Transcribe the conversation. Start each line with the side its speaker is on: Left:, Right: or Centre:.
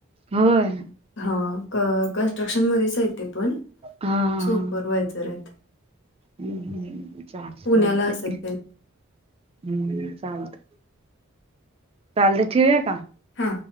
Right: होय.
Left: हा क कन्स्ट्रक्शन मध्येच आहेत ते पण
Right: हा हा
Left: सुपरवायझर आहेत.
Right: हम्म हम् चालतंय
Left: पुण्याला
Right: चालतंय.
Left: असतात ते.
Right: हम्म चालत चालत ठेऊ आहे का.
Left: हा.